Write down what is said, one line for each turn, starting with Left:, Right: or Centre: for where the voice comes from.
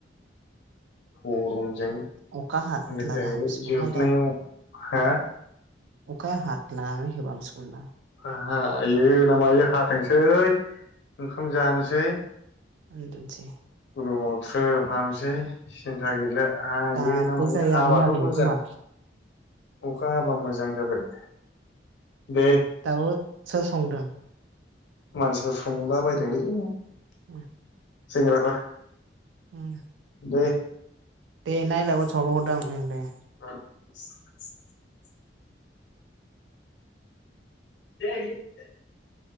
Left: गरम। जों
Right: अखा हादलाबा
Left: <unintelligible> जाहैबाय
Right: हामसिगौहाय
Left: जोबनायाव हा
Right: अखा हातलानानै होबा हामसिगौ होनदां
Left: हायो ना मायो हाथोंसै ओंखाम जानोसै
Right: उन्दुनसै।
Left: रुमाव थ्रोब हाबनोसै सिनथा गैला। हायोना
Right: दाबो
Left: मायो
Right: जाया
Left: हाबाथ'
Right: मोनाखैनो
Left: मोजां।
Right: खोमा
Left: अखा हाबा मोजां जाबाय। दे।
Right: <unintelligible> सोर संदोंं?
Left: मानसि <unintelligible>
Right: उम
Left: सेंग्राफोर।
Right: उम।
Left: दे।
Right: दे नाय लाय वाटसबाव हरदां ओं दे
Left: <inaudible> <unintelligible>